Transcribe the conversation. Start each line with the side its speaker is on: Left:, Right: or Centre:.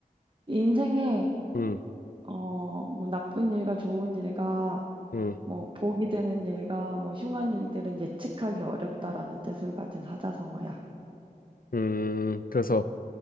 Right: 인생에,
Left: 응,
Right: 어, 뭐 나쁜 일과 좋은 일과,
Left: 응,
Right: 뭐 복이 되는 일과, 뭐 흉한 일들은 예측하기 어렵다라는 뜻을 가진 사자성어야.
Left: 응. 그래서,